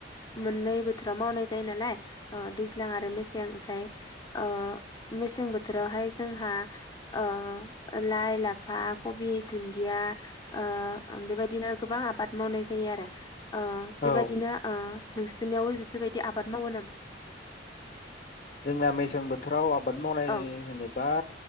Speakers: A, on the left (about 25°); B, on the left (about 45°).
A: मोननै बोथोराव मावनाय जायो नालाय दैज्लां आरो मेसें ओमफ्राय ओ मेसें बोथोरावहाय जोंहा ओ लाइ, लाफा, खबि, दुन दिया ओ बेबायदिनो गोबां आबाद मावनाय जायो आरो। ओ बेबायदिनो
B: औ
A: ओ नोंसोरनियावबो बेफोरबायदि आबाद मावो नामा?
B: जोंना मेसें बोथोराव आ बाद मावनाय
A: औ
B: होनोबा